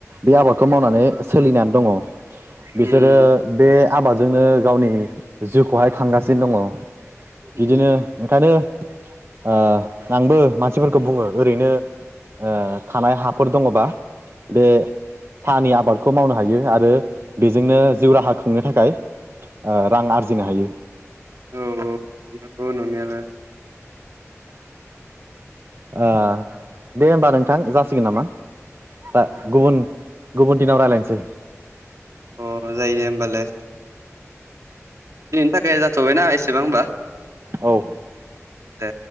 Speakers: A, on the right; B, on the right.
A: बे आबादखौ मावनानै सोलिनानै दङ। बिसोरो
B: उम
A: बे आबादजोंनो गावनि जिउखौहाय खांगासिनो दङ। बिदिनो
B: उम
A: ओंखायनो ओ आंबो मानसिफोरखौ बुङो ओरैनो ओ थानाय हाफोर दङबा बे साहानि आबादखौ मावनो हायो आरो बेजोंनो जिउ राहा खुंनो थाखाय ओ रां आरजिनो हायो।
B: औ नंगौ नंनायालाय।
A: ओ दे होमबा नोंथां जासिगोन नामा ओ गुबुन गुबुन दिनाव रायज्लायनोसै।
B: अ जायो दे होमबालाय दिनैनि थाखाय जाथ'बायना एसेबां होमबा
A: औ
B: दे